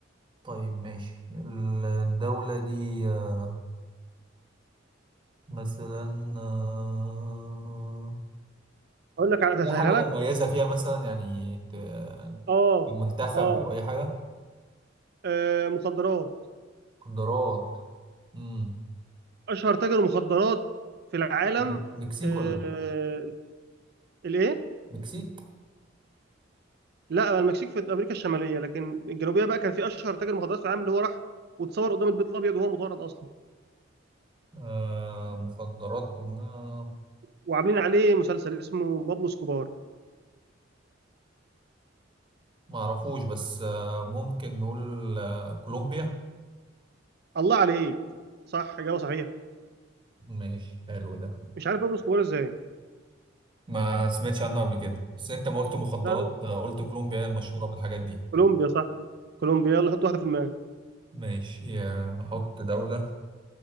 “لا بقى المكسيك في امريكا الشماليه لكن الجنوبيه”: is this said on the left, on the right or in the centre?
Right